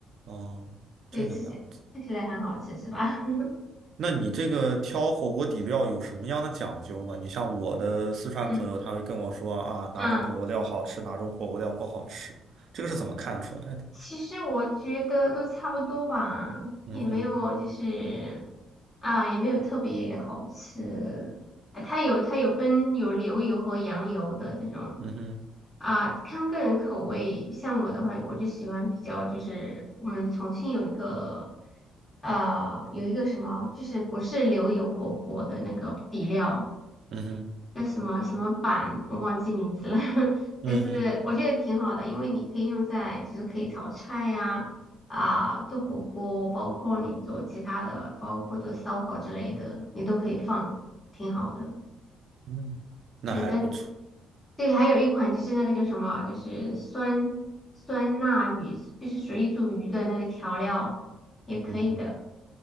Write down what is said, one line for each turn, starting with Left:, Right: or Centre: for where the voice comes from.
Right: 哦，
Left: 对，
Right: 这个样。
Left: 吃起看起来很好吃是吧？
Right: 子。
Left: <laughs>
Right: 那你这个挑火锅底料有什么样的讲究吗？你像我的四川朋友，
Left: 嗯
Right: 他会跟我说啊，哪种火锅料好吃，
Left: 嗯，
Right: 哪种火锅料不好吃，这个是怎么看出来的？
Left: 我的其实我觉得都差不多吧，
Right: 嗯哼，
Left: 也没有就是啊，也没有特别好吃。啊它有它有分有牛油和羊油的这种
Right: 嗯哼，
Left: 啊，看个人口味。像我的话，我就喜欢比较就是我们重庆有一个呃有一个什么，就是不是牛油火锅的那个底料。
Right: 嗯哼，
Left: 那什么什么板，我忘记名字了，<laughs>
Right: 嗯哼，
Left: 但是我觉得挺好的，因为你可以用在就是可以炒菜呀、啊，做火锅，包括你做其他的，包括做烧烤之类的，你都可以放，挺好的。
Right: 嗯，那还不错。
Left: 那个对，还有一款就是那个叫什么，就是酸酸辣鱼，就是水煮鱼的那个调料也可以的，
Right: 嗯哼，